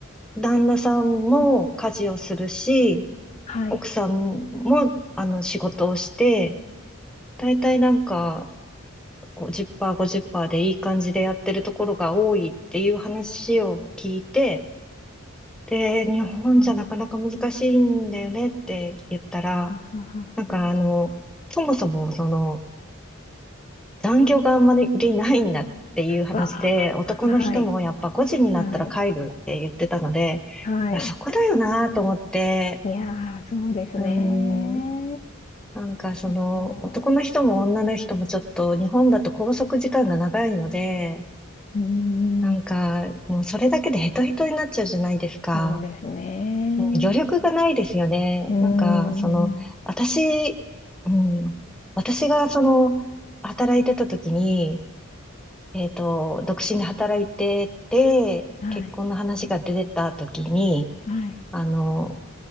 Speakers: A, in the centre; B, on the left.
A: 旦那さんも家事をするし、
B: はい。
A: 奥さんも、あの、仕事をして、大体なんか、50%、50%でいい感じでやってるところが多いっていう話を聞いて、で、日本じゃなかなか難しいんだよねって言ったら、
B: うんうんうんはあはあは
A: なんかあの、そもそもその残業があんまりないんだっていう話で、
B: あ。わあ、
A: 男の人もやっぱ5時になったら帰るって言ってたので、
B: はい、はい、はい。
A: いや、そこだよなと思って、
B: いや、そうですね。
A: うん、なんかその男の人も女の人もちょっと日本だと拘束時間が長いので、
B: そう。うーん。
A: なんか、もうそれだけでヘトヘトになっちゃうじゃないですか。
B: そうですね。
A: うん余力がないですよね。
B: うーん。
A: なんか、その、私、うん、私がその、働いてた時に、えっと、独身で働いてて、
B: はい、
A: 結婚の話が出てた時に、
B: はい。
A: あの、